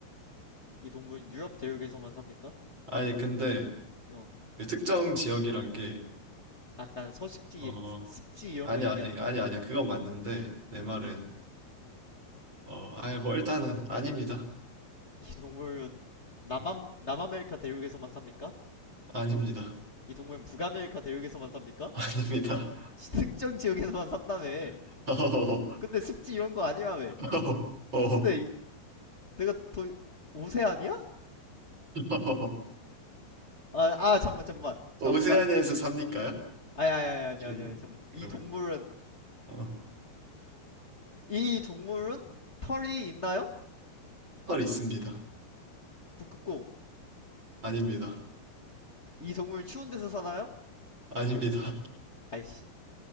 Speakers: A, on the left; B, on the right.
A: 이 동물은 유럽 대륙에서만 삽니까?
B: 아니 근데
A: 어.
B: 그 특정 지역이란 게
A: 약간 서식지
B: 어,
A: 습지 이런
B: 아니
A: 거 얘기하는
B: 아니
A: 거야.
B: 아니 아니야. 그건 맞는데 내
A: 음.
B: 말은
A: 음.
B: 어, 아니 뭐 일단은 아닙니다.
A: 이 동물은 남아
B: 어,
A: 남아메리카 대륙에서만 삽니까?
B: 아닙니다.
A: 이 동물은 북아메리카 대륙에서만 삽니까?
B: <laughs> 아닙니다.
A: 특정 지역에서만 산다며.
B: <laughs> 어허허허.
A: 근데 습지 이런 거 아니라며.
B: 어허허허.
A: 근데 이- 내가 더 오- 세 아니야?
B: 어허허허.
A: 아, 아, 잠만, 잠만, 잠만.
B: 오세아니아에서 삽니까요?
A: 아니, 아니,
B: 지금
A: 아니, 아니, 아니, 잠만.
B: 그러면
A: 이 동물은,
B: 어,
A: 이 동물은 털이 있나요?
B: 털 있습니다.
A: 북극곰.
B: 아닙니다.
A: 이 동물 추운 데서 사나요?
B: 아닙니다.
A: 아이씨,